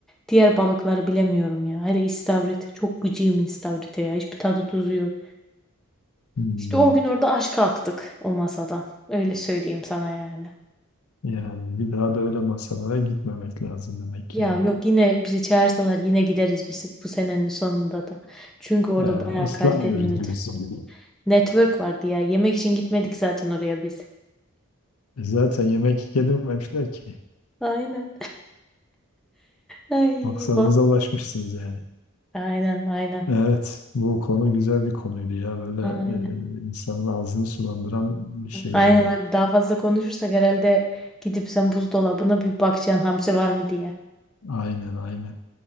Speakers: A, in the centre; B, on the left.
A: Diğer balıkları bilemiyorum ya. Hele istavrit. Çok gıcığım istavrite ya. Hiçbir tadı tuzu yok.
B: Hmm.
A: İşte o gün orada aşk kalktık o masada. Öyle söyleyeyim sana yani.
B: Yani bir daha da öyle masalara gitmemek lazım demek ki.
A: Ya
B: yani.
A: yok yine bizi çağırsalar yine gideriz biz bu senenin sonunda da. Çünkü orada
B: Ee,
A: bayağı
B: ıslanmıyoruz
A: kaliteli net
B: diyorsun.
A: network vardı ya. Yemek için gitmedik zaten oraya biz.
B: E zaten yemek yedirmemişler ki.
A: Aynen. Ay,
B: Maksadınıza
A: bak.
B: ulaşmışsınız yani.
A: Aynen aynen.
B: Evet, bu konu güzel bir konuydu ya. Böyle
A: Aynen.
B: e, insanın ağzını sulandıran bir şey
A: Aynen
B: yani.
A: abi daha fazla konuşursak herhalde gidip sen buzdolabına bir bakacaksın hamsi var mı diye.
B: Aynen, aynen.